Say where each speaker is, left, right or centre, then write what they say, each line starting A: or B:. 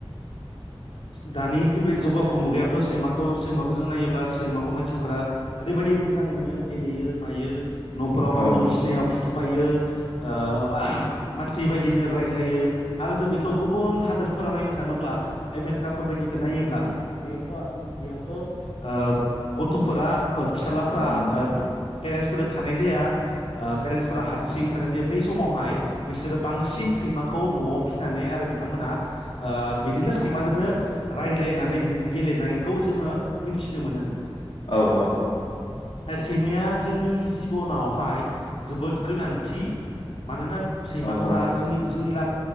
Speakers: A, on the left; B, on the left.
A: दानि बे जौगाफु मुगायावथ सैमाखौ सैमाखौ जों नायोब्ला सैमाखौ मानसिफोरा ओरैबायदि मोजां मोनो गेलेयो मायो न'फोराव
B: औ
A: गावनि
B: ओ
A: बिसिनायाव फुथुब फायो। ओ मानसै बाय बिदिनो रायज्लायो आरो जों बेखौ गुबुन हादोरफोराव नायनो थाङोब्ला आमेरिकाफोर बदिखौ नायोब्ला बेयावथ बेयावथ ओ गथ'फोरा फिसालाफोरा
B: औ
A: पेरेन्टसफोरजों थानाय जाया पेरेन्टसफोरा हारसिं थानाय जायो बै समावहाय बैसोरो बांसिन सैमाखौ न'आव फिसिनानै आरो बिथांमोना बिदिनो सैमाजोंनो रायलायनानै बिदिनो गेलेनायखौ जोङो मिथिनो मोनो।
B: औ औ।
A: सैमाया जोंनि जिबनावहाय जोबोद गोनांथि मानोना सैमाफोरा
B: औ औ
A: जोंनि जोंनि ला